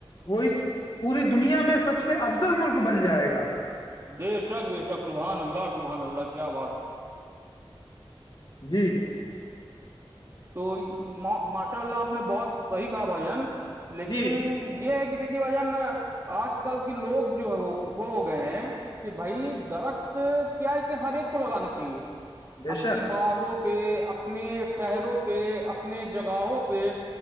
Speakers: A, on the left (about 55°); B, on the right (about 30°).
A: وہ اس پوری دنیا میں سب سے افضل ملک بن جائے گا
B: بے شک بےش شک شبحان اللہ شبحان اللہ کیا بات ہے
A: جی
B: تو ماشاء اللہ آپ نے بہت صحیح کہا بھائی جان لیکن
A: جی
B: یہ ہے کہ دیکھیے وجہ نہ آج کل کے لوگ جو ہے وہ ہو گئے ہیں کہ بھائی درخت کیا ہے کہ ہر ایک کو لگانا چاہیے
A: بے
B: اپنی
A: شک
B: باغوں پہ اپنے شہروں پہ پہ اپنے جگہوں پہ